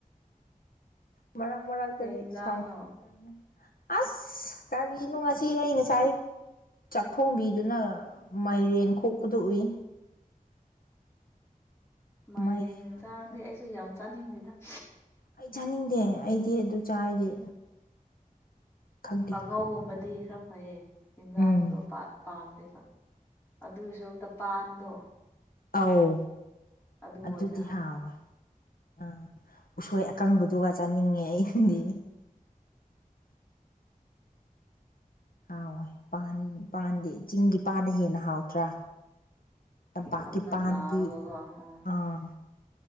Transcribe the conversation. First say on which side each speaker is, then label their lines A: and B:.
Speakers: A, on the left; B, on the left.
A: ꯃꯔꯥꯡ ꯃꯔꯔꯥꯡ
B: ꯀꯩ
A: ꯀꯗꯤ
B: ꯌꯦꯟꯖꯥꯡꯅꯣ
A: ꯁꯥꯎꯟꯅ ꯑꯁ ꯀꯔꯤꯅꯣ ꯉꯁꯤ ꯑꯩ ꯉꯁꯥꯏ ꯆꯥꯛꯊꯣꯡꯕꯤꯗꯨꯅ ꯃꯥꯏꯔꯦꯟ ꯈꯣꯛꯄꯗ ꯎꯏ
B: ꯃꯥꯦ
A: ꯃꯥꯏꯔꯦꯟ
B: ꯌꯦꯟꯁꯥꯡꯗꯤꯦ
A: ꯑꯣꯏꯔꯝꯗꯧ
B: ꯑꯩꯁꯨ
A: ꯃꯥꯜꯂꯦ
B: ꯌꯥꯝ ꯆꯥꯅꯤꯡꯗꯦꯗ
A: ꯑꯩ ꯆꯥꯅꯤꯡꯗꯦ ꯑꯩꯗꯤ ꯑꯗꯨ ꯆꯥꯔꯗꯤ ꯈꯪꯗꯦ
B: ꯀꯥꯡꯉꯧꯒꯨꯝꯕꯗꯤ ꯈꯔ ꯐꯩꯌꯦ ꯌꯦꯟꯖꯥꯡꯗꯣ
A: ꯎꯝ
B: ꯄꯥꯝꯗꯦꯕ ꯑꯗꯨꯒꯤ ꯁꯔꯨꯛꯇ ꯄꯥꯟꯗꯣ
A: ꯑꯧ
B: ꯑꯗꯨ
A: ꯑꯗꯨꯗꯤ
B: ꯑꯣꯏꯅ
A: ꯍꯥꯎꯋꯦ ꯎꯝ ꯎꯁꯣꯏ ꯑꯀꯪꯕꯗꯨꯒ ꯆꯥꯅꯤꯡꯉꯦ ꯑꯩꯗꯤ
B: ꯎꯝ
A: ꯍꯥꯎꯣꯏ ꯄꯥꯟ ꯄꯥꯟꯗꯤ ꯆꯤꯡꯒꯤ ꯄꯥꯟꯅ ꯍꯦꯟꯅ ꯍꯥꯎꯇ꯭ꯔꯥ ꯇ
B: ꯅꯞ
A: ꯀꯤ
B: ꯅꯞ
A: ꯄꯥꯟꯗꯤ
B: ꯂꯥꯎꯔꯒꯀꯣ ꯎꯝ
A: ꯑꯝ